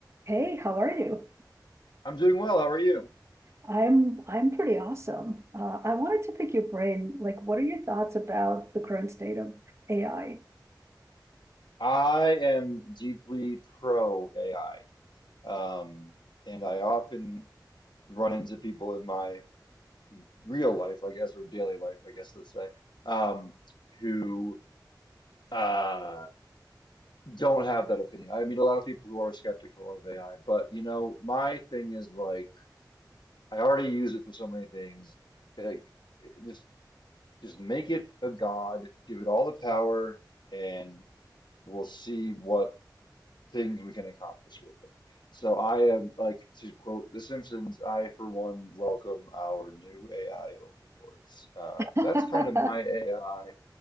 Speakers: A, on the right; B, on the left.
A: Hey, how are you?
B: I'm doing well. How are you?
A: I'm I'm pretty awesome. Uh, I wanted to pick your brain. Like, what are your thoughts about the current state of AI?
B: I am deeply pro AI. Um, and I often run into people in my real life, I guess, or daily life, I guess, let's say, um, who uh, don't have that opinion. I meet a lot of people who are skeptical of AI, but you know, my thing is like, I already use it for so many things. Like, it- just just make it a god, give it all the power, and we'll see what things we can accomplish with it. So I am like to quote The Simpsons, I for one welcome our new AI overlords. Uh,
A: <laughs>
B: that's kind of my AI